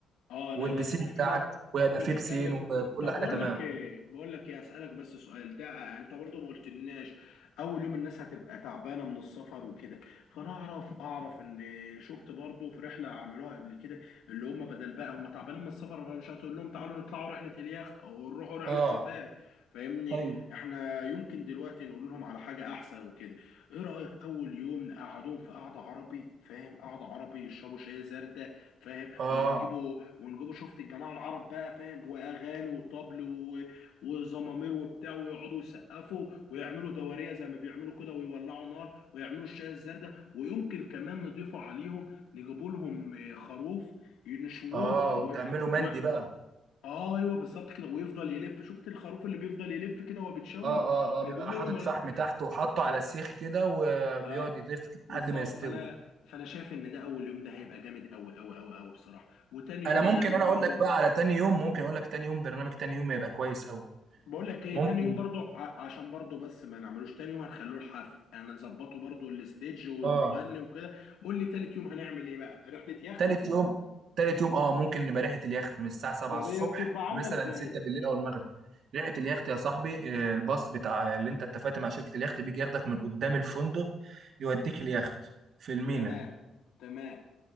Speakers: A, on the left; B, on the right.
A: اه لا
B: والبسين
A: لا لا انت كده
B: بتاعك وهيبقى
A: بتتكلم
B: فيه بسين وكل
A: طب
B: حاجه
A: اقول
B: تمام
A: لك ايه بقول لك ايه اسالك بس سؤال ده انت برضو ما قلتلناش اول يوم الناس هتبقى تعبانه من السفر وكده فانا اعرف اعرف ان شفت برضو في رحله عملوها قبل كده اللي هم بدل بقى هم تعبانين من السفر فمش هتقول لهم تعالوا نطلعوا رحله اليخت او نروحوا رحله
B: اه
A: سفاري فاهمني
B: ايوه
A: احنا يمكن دلوقتي نقول لهم على حاجه احسن وكده ايه رايك اول يوم نقعدهم في قعده عربي فاهم قعده عربي يشربوا شاي زردة فاهم
B: اه
A: ونجيبوا ومن جوه شفت الجماعه العرب بقى فاهم واغاني وطبل و... وزمامير وبتاع ويقعدوا يسقفوا ويعملوا دواريه زي ما بيعملوا كده ويولعوا نار ويعملوا الشاي الزردة ويمكن كمان نضيفوا عليهم نجيبوا لهم آه، خروف ينشووه
B: اه
A: و...
B: وتعمله مندي
A: و...
B: بقى
A: آه ايوه بالظبط كده ويفضل يلف شفت الخروف اللي بيفضل يلف كده وهو بيتشوي
B: اه اه
A: نجيبوا
B: اه بيبقى حاطط
A: لهم ال-
B: فحم تحت وحاطه على السيخ كده وبيقعد
A: اه
B: يلف كده
A: بالظبط
B: لحد ما يستوي
A: فانا فانا شايف ان ده اول يوم ده هيبقى جامد قوي قوي قوي قوي بصراحه وتاني يوم
B: انا
A: هنعمل
B: ممكن انا
A: برضو
B: اقول لك بقى على تاني يوم ممكن اقول لك تاني يوم برنامج تاني يوم يبقى كويس قوي
A: بقول لك ايه
B: ممكن
A: تاني يوم برضو ع- عشان برضو بس ما نعملوش تاني يوم هنخلوه الحفل يعني نظبطه برضو الستيج والمغني
B: اه
A: وكده قول لي تالت يوم هنعمل ايه بقى رحلة يخت
B: تالت
A: مثلا
B: يوم تالت يوم اه ممكن نبقى ريحه اليخت من الساعه 7
A: طب
B: الصبح
A: هي بتبقى عاملة
B: مثلا
A: ازاي
B: 6 بالليل او المغرب ريحه اليخت يا صاحبي آه، الباص بتاع اللي انت اتفقت مع شركه اليخت بيجي ياخدك من قدام الفندق يوديك اليخت في المينا
A: تمام تمام